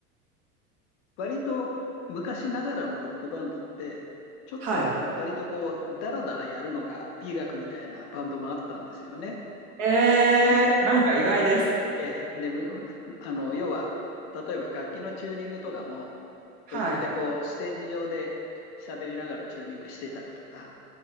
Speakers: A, on the left; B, on the right.
A: 割と昔ながらのロックバンドって、ちょっと割とこう、
B: はい。
A: ダラダラやるのが美学みたいなバンドもあったんですよね。
B: えー、
A: うん
B: なんか意外です。
A: ええで、むあの、要は、例えば楽器のチューニングとかも、
B: はい。
A: 途中でこう、ステージ上で喋りながらチューニングしてたりとか、